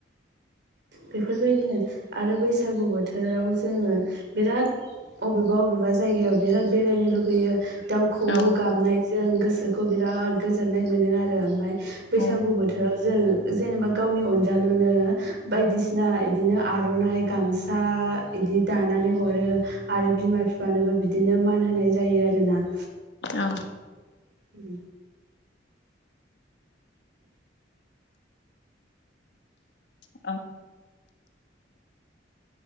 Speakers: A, on the right; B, on the left.
A: बेफोरबायदिनो आरो बैसागु बोथोराव जोङो बिराद अबेबा अबेबा जायगायाव बिराद बेरायनो लुगैयो। दाउ खौऔ
B: औ
A: गाबनायजों गोस सोखौ बिराद गोजोननाय मोनो आरो ओमफाय बैसागु
B: औ
A: बोथोराव जों जेनेबा गावनि अनजालुनो बायदिसिना इदिनो आर'नाइ, गामसा बिदि दानानै हरो आरो बिमा फिफानोबो बिदिनो मान होनाय जायो आरो ना
B: औ
A: उम
B: औ